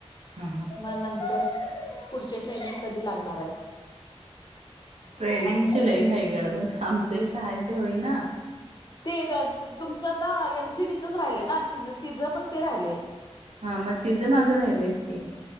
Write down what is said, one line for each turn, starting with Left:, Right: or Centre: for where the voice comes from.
Right: हा हा
Left: मग नंतर, पुढचे ट्रेनिंग कधी लागणार आहेत?
Right: ट्रेनिंगची
Left: असं
Right: लय घाई गडबड, आमचं इथं आहे ते होईना.
Left: ते तुमचं आता एन सी डी चंच राहिलय ना, तिचं पण ते राहिलंय.
Right: हा मग तिचं माझं राहिलंयच की.